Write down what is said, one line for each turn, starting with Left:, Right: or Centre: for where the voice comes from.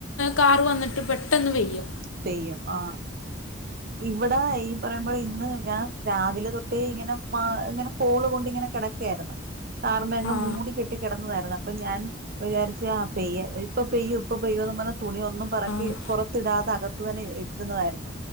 Left: കാറ് വന്നിട്ട് പെട്ടെന്ന് പെയ്യും
Right: പെയ്യും ആഹ് ഇവടെ ഈ പറയുമ്പോലെ ഇന്ന് ഞാൻ രാവിലെ തൊട്ടേ ഇങ്ങനെ ഇങ്ങനെ കോള് കൊണ്ട് ഇങ്ങനെ കെടക്കാര്ന്ന് കാർമേഘം
Left: ആ
Right: മൂടി കെട്ടി കിടന്നതായിര്ന്ന് അപ്പൊ ഞാൻ വിചാരിച്ച ആഹ് പെയ്യ ഇപ്പൊ പെയ്യോ ഇപ്പൊ പെയ്യോന്ന് പറഞ്ഞ തുണിയൊന്നും പറക്കി
Left: ആ
Right: പുറത്തിടാതെ അകത്തുതന്നെ ര്ന്നതായിരുന്നു